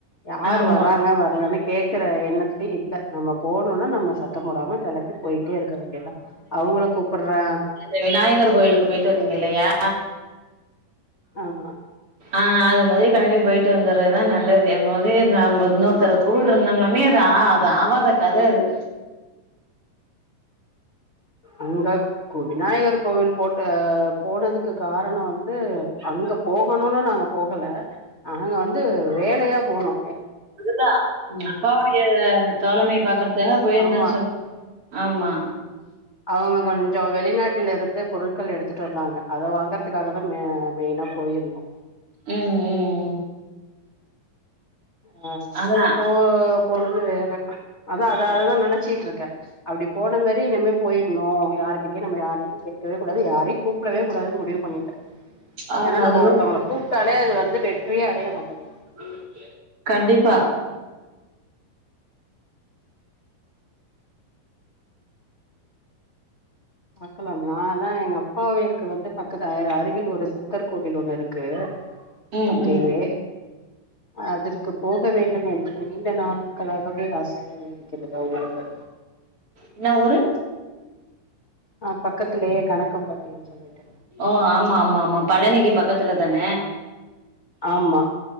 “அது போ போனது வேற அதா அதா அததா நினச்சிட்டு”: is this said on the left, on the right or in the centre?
Left